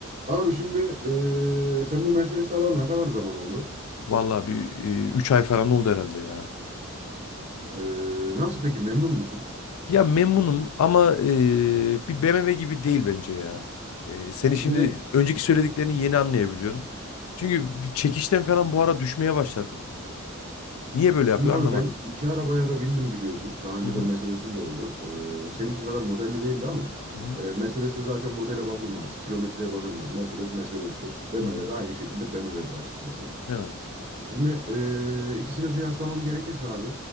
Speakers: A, on the right; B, on the left.
A: Abi şimdi eee, sen bu Mercedes'i alalı ne kadar zaman oldu?
B: Vallahi bir e, 3 ay falan oldu herhalde ya.
A: Eee, nasıl peki memnun musun?
B: Ya memnunum ama e, bir BMW gibi değil bence ya. E, seni
A: Şimdi
B: şimdi önceki söylediklerini yeni anlayabiliyorum. Çünkü bir çekişten falan bu ara düşmeye başladı. Niye böyle
A: şimdi
B: yapıyor
A: abi
B: anlamadım.
A: ben iki arabaya da bindim biliyorsun. Daha önceden
B: Hı hı.
A: Mercedes'im de oldu. Eee seninki kadar modelli değildi ama
B: Hı hı.
A: eee Mercedes'te zaten modele bakılmaz. Kilometreye bakılmaz. Mercedes Mercedes'tir. BMW
B: Hı hı.
A: de aynı şekilde BMW'dir açıkçası.
B: Evet.
A: Şimdi eee, ikisini kıyaslamam gerekirse abi